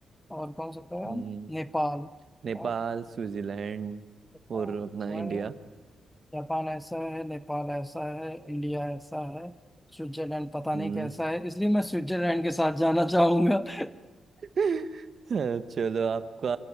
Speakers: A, in the centre; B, on the right (about 50°).
A: और कौन सा बताया
B: हम्म,
A: नेपाल जापान
B: नेपाल स्विट्जरलैंड
A: ऐसा
B: और अपना इंडिया
A: है जापान ऐसा है नेपाल ऐसा है इंडिया ऐसा है स्विट्जरलैंड पता
B: हम्म
A: नहीं कैसा है इसलिए मैं स्विट्जरलैंड के साथ जाना चाहूंगा <laughs>
B: <laughs> चलो आपका